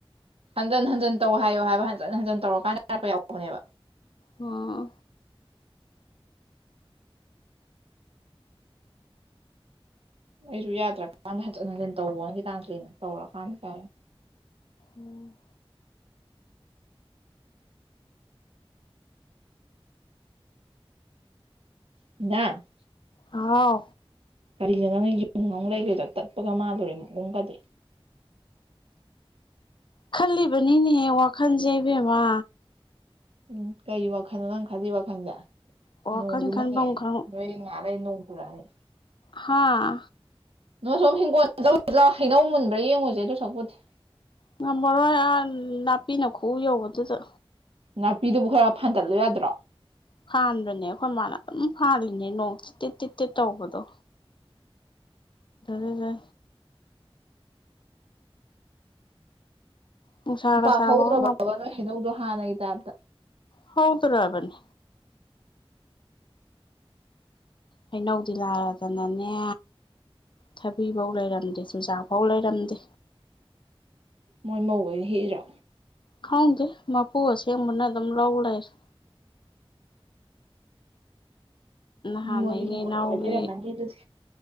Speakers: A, on the right (about 75°); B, on the left (about 55°).
A: ꯍꯟꯖꯤꯟ ꯍꯟꯖꯤꯟ ꯇꯧ ꯍꯥꯏꯌꯣ ꯍꯥꯏꯕ ꯍꯟꯖꯤꯟ ꯍꯟꯖꯤꯟ ꯇꯧꯔꯀꯥꯟꯗ ꯌꯥꯔꯛꯄ ꯌꯥꯎꯕꯅꯦꯕ
B: ꯑꯣ
A: ꯑꯩꯁꯨ ꯌꯥꯗ꯭ꯔꯀꯥꯟꯗ ꯍꯟꯖꯤꯟ ꯍꯟꯖꯤꯟ ꯇꯧꯑꯣꯅ ꯇꯧꯔꯀꯥꯟꯗ ꯌꯥꯏ
B: ꯎꯝ
A: ꯗꯥ
B: ꯍꯥꯎ
A: ꯀꯔꯤꯅꯣ ꯅꯪꯅ ꯌꯨꯝ ꯑꯃ <unintelligible> ꯂꯩꯒꯦꯗ ꯇꯠꯄꯒ ꯃꯥꯜꯂꯨꯔꯦ ꯃꯨꯝꯒꯗꯤ
B: ꯈꯜꯂꯤꯕꯅꯤꯅꯦꯍꯦ ꯋꯥꯈꯜꯁꯦ ꯏꯕꯦꯝꯃ
A: ꯎꯝ ꯀꯩ ꯋꯥꯈꯜꯅꯣ ꯅꯪ ꯈꯜꯂꯤ ꯋꯥꯈꯜꯁꯦ
B: ꯋꯥꯈꯜ
A: ꯅꯣꯡꯁꯨ
B: ꯈꯟꯐꯝ
A: ꯃꯪꯉꯦ
B: ꯈꯪ
A: ꯅꯣꯏꯗ ꯉꯥꯛ ꯂꯩꯔꯏ ꯅꯣꯡ ꯄꯨꯔꯛꯑꯅꯤ
B: ꯍꯥꯥ
A: ꯅ ꯁꯣꯝ ꯍꯤꯡꯒꯣꯜ ꯇꯧ꯭ꯔ ꯍꯩꯅꯧ ꯃꯨꯟꯕ꯭ꯔꯥ ꯌꯦꯡꯉꯨꯁꯦ ꯑꯗꯨ ꯁꯛꯄꯨꯗꯤ
B: ꯉꯝꯃꯔꯣꯏ ꯑ ꯅꯥꯄꯤꯅ ꯈꯨꯎ ꯌꯧꯕꯗꯨꯗ
A: ꯅꯥꯄꯤꯗꯨꯕꯨ ꯈꯔ ꯐꯟꯗꯠꯂꯨ ꯌꯥꯗ꯭ꯔꯣ
B: ꯐꯥꯟꯕꯅꯦ ꯑꯩꯈꯣꯏ ꯃꯥꯅ ꯑꯗꯨꯝ ꯐꯥꯜꯂꯤꯅꯦ ꯅꯣꯡ ꯆꯤꯠꯇꯦꯠ ꯇꯤ ꯇꯤꯠ ꯇꯧꯕꯗꯣ ꯔꯒ ꯅꯨꯡꯁꯥꯒ
A: ꯄꯥꯛꯍꯧꯗ꯭ꯔꯕꯕ
B: ꯁꯥꯕꯒ
A: ꯅꯣꯏ ꯍꯩꯅꯧꯗꯣ ꯍꯥꯟꯅꯒꯤ ꯇꯥꯏꯞꯇ
B: ꯍ ꯇ ꯔꯕꯅꯤ ꯍꯩꯅꯧꯗꯤ ꯂꯥꯔꯗꯅꯅꯦ ꯊꯕꯤ ꯐꯧ ꯂꯩꯔꯝꯗꯦ ꯆꯨꯖꯥꯛ ꯐꯧ ꯂꯩꯔꯝꯗꯦ
A: ꯃꯣꯏ ꯃꯧ ꯑꯣꯏꯅ ꯍꯦꯛꯏꯔꯥ
B: ꯈꯥꯎꯗꯦ ꯃꯥꯄꯨꯁꯦ ꯃꯅ ꯑꯗꯨꯝ ꯂꯧꯧꯕ ꯂꯩꯔ ꯍ ꯅ
A: ꯃꯣꯏꯒꯤ
B: ꯅꯩꯅꯅ
A: ꯍꯤꯡꯒꯣꯜ ꯑꯣꯏ
B: ꯍꯒꯦ
A: ꯂꯩꯔꯝꯃꯅꯤ ꯑꯗꯨꯗꯤ